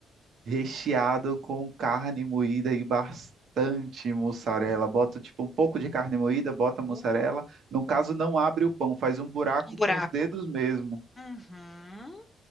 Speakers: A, on the right; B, on the left.
A: recheado com carne moída e bastante mussarela. Bota tipo um pouco de carne moída, bota mussarela.
B: Uh,
A: No caso, não abre o pão, faz um buraco
B: um buraco.
A: com os dedos mesmo.
B: Uhum.